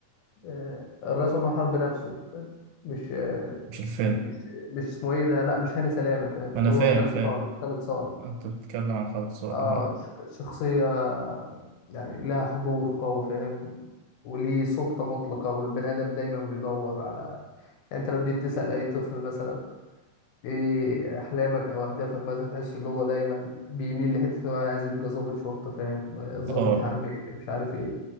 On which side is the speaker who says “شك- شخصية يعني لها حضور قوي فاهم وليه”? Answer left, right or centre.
Left